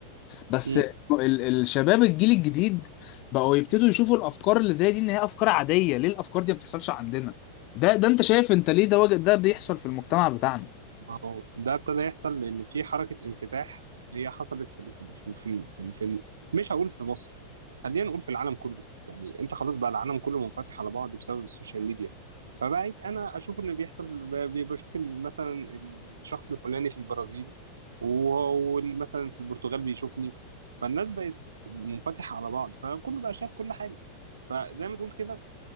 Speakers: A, on the left; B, on the right.
A: بس
B: مم.
A: ال- الشباب الجيل الجديد بقوا يبتدوا يشوفوا الافكار اللي زي دي ان هي افكار عاديه ليه الافكار دي ما بتحصلش عندنا ده ده انت شايف انت ليه ده وجه- ده بيحصل في المجتمع بتاعنا
B: ما هو ده ابتدى يحصل لان في حركه انفتاح هي حصلت في ال- في ال- في ال- في ال- في ال- في ال- مش هقول في مصر خلينا نقول في العالم كله يعني انت خلاص بقى العالم كله منفتح على بعض بسبب السوشيال ميديا فبقيت انا اشوف اللي بيحصل ب- ب- بشوف ال- مثلا الشخص الفلاني في البرازيل و- ومثلا في البرتغال بيشوفني فالناس بقت منفتحه على بعض فكله بقى شايف كل حاجه فزي ما تقول كده